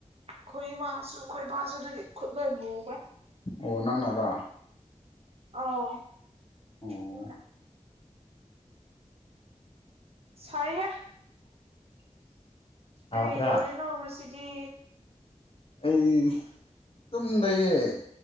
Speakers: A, on the right; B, on the left.
A: ꯑꯩꯈꯣꯏ ꯏꯃꯥꯁꯨ ꯑꯩꯈꯣꯏ ꯕꯥꯁꯨ ꯑꯗꯨꯒꯤ ꯈꯨꯠ ꯂꯣꯏ ꯃꯨꯈ꯭ꯔꯦ
B: ꯑꯣ ꯅꯪꯅꯔꯥ
A: ꯑꯧ
B: ꯑꯣ
A: ꯑꯩꯅ ꯁꯥꯏꯍꯦ
B: ꯁꯥꯕ꯭ꯔꯥ
A: ꯀꯩꯗꯧꯔꯤꯅꯣ ꯉꯁꯤꯗꯤ
B: ꯑꯩ ꯑꯗꯨꯝ ꯂꯩꯌꯦ